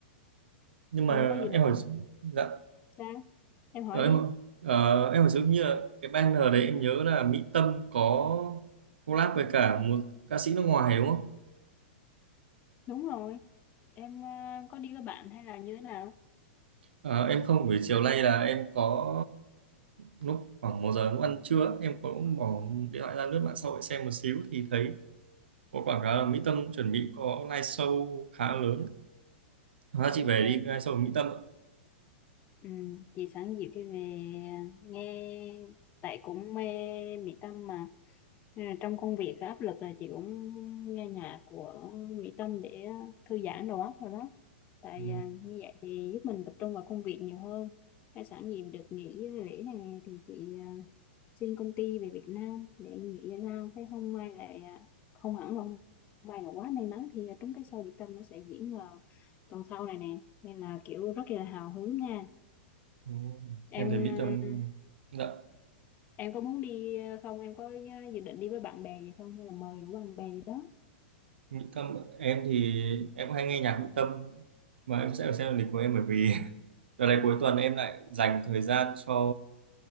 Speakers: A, on the right; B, on the left.
A: nhưng mà
B: Thì em có dự định
A: em hỏi dạ
B: sao? Em hỏi
A: Ờ, em
B: đi.
A: ờ, em phải giống như là cái banner đấy em nhớ là Mỹ Tâm có collab với cả một ca sĩ nước ngoài đúng không?
B: Đúng rồi. Em ờ, có đi với bạn hay là như thế nào?
A: Ờ, em không buổi chiều nay là em có lúc khoảng một giờ lúc ăn trưa em có bỏ điện thoại ra lướt mạng xã hội xem một xíu thì thấy có quảng cáo là Mỹ Tâm chuẩn bị có live show khá lớn. Hóa
B: Đúng
A: chị về
B: rồi.
A: đi live show của Mỹ Tâm ạ.
B: Ừ, chị sáng dịu thì về nghe tại cũng mê Mỹ Tâm mà Nên là trong công việc có áp lực là chị cũng nghe nhạc của Mỹ Tâm để thư giãn đầu óc rồi đó tại
A: Ừ,
B: à, như vậy thì giúp mình tập trung vào công việc nhiều hơn hay sẵn dịp được nghỉ lễ này nè thì chị à, xin công ty về Việt Nam để nghỉ giải lao cái hôm mai lại à, không hẳn là hôm mai là quá may mắn thì trúng cái show Mỹ Tâm nó sẽ diễn vào tuần sau này nè nên là kiểu rất là hào hứng nha
A: ừ.
B: em
A: Em thấy Mỹ Tâm
B: ờ,
A: dạ,
B: em có muốn đi ờ, không em có ờ, dự định đi với bạn bè gì không hay là mời đủ bạn bè gì đó
A: Mỹ Tâm em thì em cũng hay nghe nhạc Mỹ Tâm mà em sẽ phải xem lịch của em bởi vì <laughs> Đợt này cuối tuần em lại dành thời gian cho